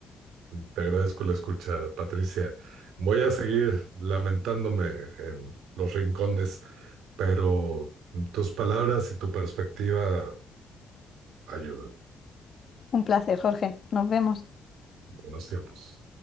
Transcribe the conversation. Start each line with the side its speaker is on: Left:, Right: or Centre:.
Right: Te agradezco la escucha, Patricia. Voy a seguir lamentándome en los rincones, pero tus palabras y tu perspectiva ayudan.
Left: Un placer, Jorge. Nos vemos.
Right: Buenos tiempos.